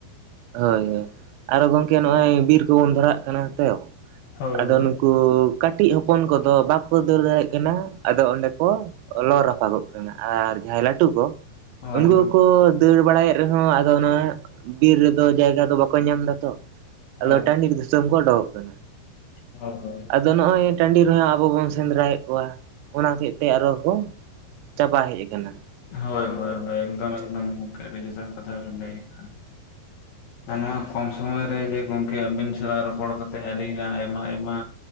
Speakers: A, on the right; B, on the left.
A: ᱦᱳᱭ ᱦᱳᱭ ᱟᱨᱚ ᱜᱚᱝᱠᱮ ᱱᱚᱜ-ᱚᱭ ᱵᱤᱨ ᱠᱚᱵᱚᱱ ᱫᱷᱚᱨᱟᱣᱟᱜ ᱠᱟᱱᱟ ᱛᱚ,
B: ᱦᱳᱭ
A: ᱟᱫᱚ
B: ᱦᱳᱭ
A: ᱱᱩᱠᱩ ᱠᱟᱹᱴᱤᱡ ᱦᱚᱯᱚᱱ ᱠᱚᱫᱚ ᱵᱟᱠᱚ ᱫᱟᱹᱲ ᱫᱟᱲᱮᱜ ᱠᱟᱱᱟ ᱟᱫᱚ ᱚᱸᱰᱮ ᱠᱚ ᱞᱚ ᱨᱟᱯᱟᱜᱚᱜ ᱠᱟᱱᱟ ᱟᱨ ᱡᱟᱦᱟᱸᱭ ᱞᱟᱹᱴᱩ ᱠᱚ
B: ᱦᱳᱭ
A: ᱩᱱᱠᱩ
B: ᱦᱳᱭ
A: ᱠᱚ ᱠᱚ ᱫᱟᱹᱲ ᱵᱟᱲᱟᱭᱮᱫ ᱨᱮᱦᱚᱸ ᱟᱫᱚ ᱱᱚᱣᱟ ᱵᱤᱨ ᱨᱮᱫᱚ ᱡᱟᱭᱜᱟ ᱫᱚ ᱵᱟᱠᱚ ᱧᱟᱢ ᱫᱟᱛᱚ
B: ᱦᱳᱭ
A: ᱟᱫᱚ ᱴᱟᱺᱰᱤᱨ ᱫᱤᱥᱚᱢ ᱠᱚ ᱚᱰᱚ ᱠᱚᱜ ᱠᱟᱱᱟ᱾
B: ᱦᱚᱸ ᱦᱚᱸ
A: ᱟᱫᱚ ᱱᱚᱜ-ᱚᱭ ᱴᱟᱺᱰᱤ ᱨᱮᱦᱚᱸ ᱟᱵᱚ ᱵᱚᱱ ᱥᱮᱸᱫᱽᱨᱟᱭᱮᱫ ᱠᱚᱣᱟ ᱚᱱᱟ ᱦᱚᱛᱮᱡ ᱛᱮ ᱟᱨᱚ ᱠᱚ ᱪᱟᱵᱟ ᱦᱮᱡ ᱟᱠᱟᱱᱟ᱾
B: ᱦᱳᱭ ᱦᱳᱭ ᱦᱳᱭ ᱮᱫᱚᱢ ᱮᱫᱚᱢ ᱜᱚᱝᱠᱮ ᱟᱹᱰᱤ ᱡᱚᱛᱷᱟ ᱠᱟᱛᱷᱟ ᱵᱮᱱ ᱞᱟᱹᱭ ᱠᱟᱜ-ᱟ᱾ ᱟᱨ ᱱᱚᱣᱟ ᱠᱚᱢ ᱥᱚᱢᱚᱭ ᱨᱮ ᱡᱮ ᱜᱚᱝᱠᱮ ᱟᱹᱵᱤᱱ ᱥᱟᱣ ᱨᱚᱯᱚᱲ ᱠᱟᱛᱮᱜ ᱟᱹᱰᱤᱜᱟᱱ ᱟᱭᱢᱟ ᱟᱭᱢᱟ